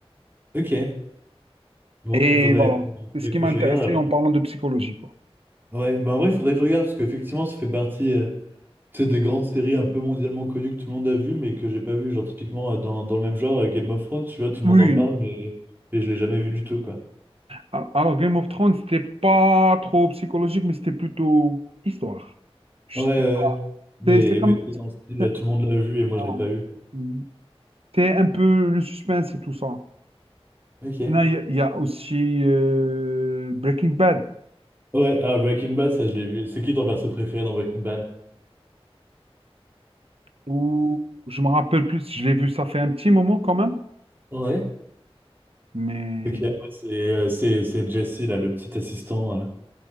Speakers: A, on the right; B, on the right.
A: Ok. Bon,
B: Et
A: il faudrait,
B: voilà, c'est
A: faudrait
B: ce qui
A: que
B: m'a
A: je
B: intéressé
A: regarde alors.
B: en parlant de psychologie, quoi.
A: Ouais, bah en vrai, il faudrait que je regarde parce qu'effectivement, ça fait partie euh, tu sais, des grandes séries un peu mondialement connues que tout le monde a vues, mais que j'ai pas vues. Genre, typiquement, euh, dans, dans le même genre, euh, Game of Thrones, tu vois, tout
B: Oui.
A: le monde en parle, mais, mais je l'ai jamais vu du tout, quoi.
B: Al- Alors, Game of Thrones, c'était pas trop psychologique, mais c'était plutôt histoire. Je
A: Ouais, ouais,
B: sais pas.
A: ouais. Mais,
B: C'est c'est comme.
A: mais c'est
B: c'est-
A: dans le style,
B: c'est-
A: euh, tout le monde l'a vu et moi,
B: voilà.
A: je l'ai pas vu, quoi.
B: Hmm. C'est un peu le suspense et tout ça.
A: Ok.
B: Non, il y, a il y a aussi euh, Breaking Bad,
A: Ouais, ah, Breaking Bad, ça, je l'ai vu. C'est qui ton perso préféré dans Breaking Bad?
B: où je me rappelle plus, si je l'ai vu, ça fait un petit moment quand même,
A: Ouais.
B: mais,
A: Ok, moi, c'est euh, c'est c'est Jesse, là, le petit assistant euh,